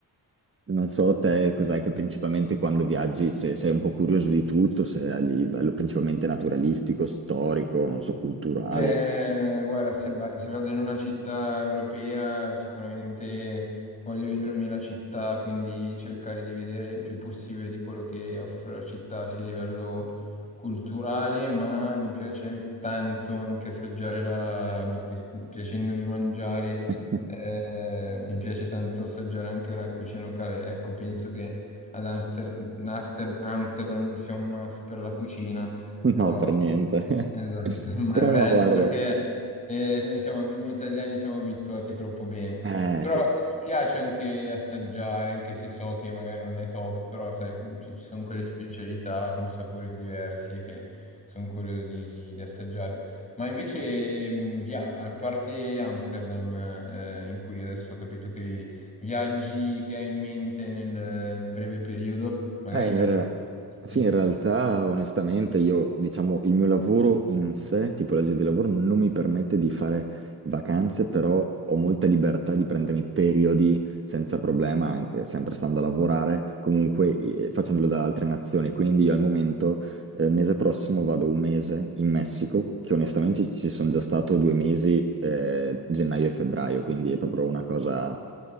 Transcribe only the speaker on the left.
Beh, guarda, se, ba- se vado in una città europea sicuramente voglio vedermi la città, quindi cercare di vedere il più possibile di quello che offre la città, sia a livello culturale, ma mi piace tanto anche assaggiare la... mi- piacendomi mangiare,
eh, mi piace tanto assaggiare anche la cucina locale. Ecco, penso che ad Amster- Amster- Amsterdam sia un must per la cucina.
Però,
esatto,
<laughs> ma
vabbè,
anche
perché eh, noi, siamo- noi italiani siamo abituati troppo bene.
Però
mi piace anche assaggiare, anche se so che magari non è top, però sai, com- ci, ci sono quelle specialità con sapori diversi e che sono curioso di, di assaggiare. Ma invece, mh, via- a parte Amsterdam, eh, in cui adesso ho capito che vivi, viaggi che hai in mente nel, nel breve periodo, magari
per
le vacanze estive.